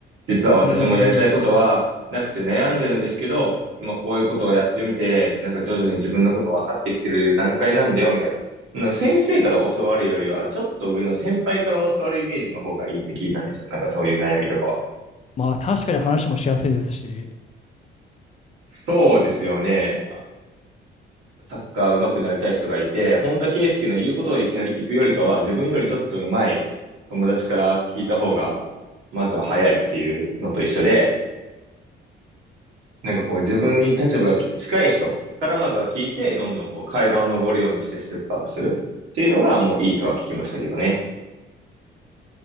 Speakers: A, on the right (about 80°); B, on the left (about 35°).
A: 実は私もやりたいことはなくて悩んでるんですけど、
B: う。うん
A: まあこういうことをやってみて、なんか徐々に自分のこと分かってきてる段階なんだよ、みたいな。なんか先生から教わるよりは、ちょっと上の先輩から教わるイメージの方がいいって聞いたんですよ。なんかそういう悩みとかは。
B: まあ確かに話もしやすいですし、
A: そうですよね。サッカー上手くなりたい人がいて、本田圭佑の言うことをいきなり聞くよりかは、自分よりちょっと上手い友達から聞いた方が、まずは早いっていうのと一緒で、なんかこう自分に立場が近い人からまずは聞いて、どんどんこう階段を上るようにしてステップアップするっていうのがもういいとは聞きましたけどね。